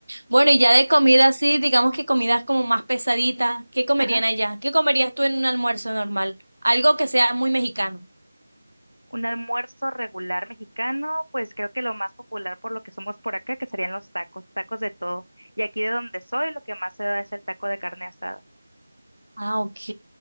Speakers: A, on the right (about 85°); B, on the left (about 85°).
A: Bueno, y ya de comida, sí, digamos que comidas como más pesaditas, ¿qué comerían
B: Ajá.
A: allá? ¿Qué comerías tú en un almuerzo normal? Algo que sea muy mexicano.
B: Un almuerzo regular mexicano, pues creo que lo más popular por lo que somos por acá, que serían los tacos, tacos de todo. Y aquí de donde soy, lo que más se da es el taco de carne asada.
A: Ah, ok.